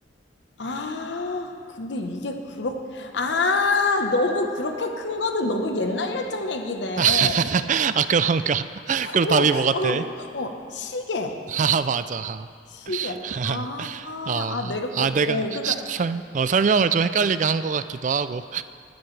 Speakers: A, on the left; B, on the right.
A: 아, 근데 이게 그렇게, 아, 너무 그렇게 큰 거는 너무 옛날 옛적 얘기네.
B: <laughs> 아, 그런가? <laughs> 그럼
A: 오,
B: 답이 뭐 같아?
A: 어,
B: <laughs>
A: 어, 시계.
B: 아, 맞아.
A: 시계.
B: <laughs>
A: 아, 아,
B: 어,
A: 아, 내가
B: 아,
A: 꼭,
B: 내가
A: 어, 그러니까,
B: 시- 설, 어, 설명을 좀 헷갈리게 한 것 같기도 하고.